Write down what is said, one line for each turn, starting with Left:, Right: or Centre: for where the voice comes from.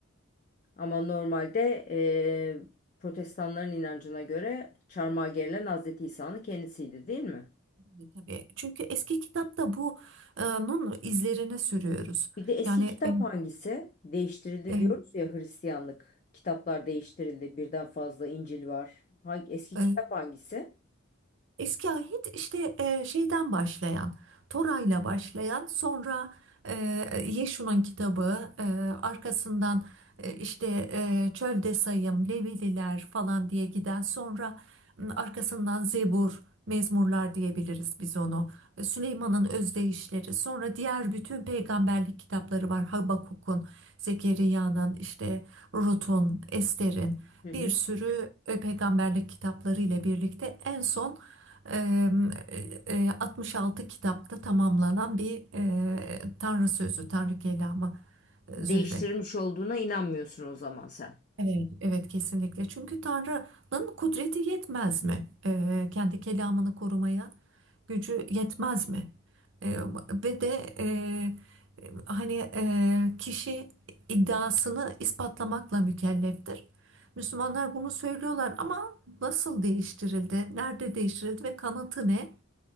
Left: Ama normalde eee, protestanların inancına göre çarmıha gerilen Hazreti İsa'nın kendisiydi değil mi?
Right: E, Tabii. Çünkü eski kitapta bunun izlerine sürüyoruz.
Left: Bir de eski
Right: Yani
Left: kitap
Right: e,
Left: hangisi? Değiştirildi
Right: e,
Left: diyoruz ya Hristiyanlık. Kitaplar değiştirildi. Birden fazla İncil var. Hangi, eski
Right: e,
Left: kitap hangisi?
Right: Eski ahit işte e, şeyden başlayan, Toray'la başlayan, sonra e, Yeşu'nun kitabı, e, arkasından e, işte e, Çölde Sayım, Levililer falan diye giden, sonra m, arkasından Zebur, Mezmurlar diyebiliriz biz onu. E, Süleyman'ın özdeyişleri, sonra diğer bütün peygamberlik kitapları var. Habakuk'un, Zekeriya'nın, işte Rut'un, Ester'in
Left: Hı hı.
Right: bir sürü e, peygamberlik kitapları ile birlikte en son Eee, e, 66 kitapta tamamlanan bir eee, Tanrı sözü, Tanrı kelamı e,
Left: Değiştirilmiş
Right: Zühre.
Left: olduğuna inanmıyorsun o zaman sen.
Right: Evet. Evet kesinlikle. Çünkü Tanrı'nın kudreti yetmez mi? Eee, kendi kelamını korumaya gücü yetmez mi? Eee, ve de eee, hani eee, kişi iddiasını ispatlamakla mükelleftir. Müslümanlar bunu söylüyorlar ama nasıl değiştirildi? Nerede değiştirildi ve kanıtı ne?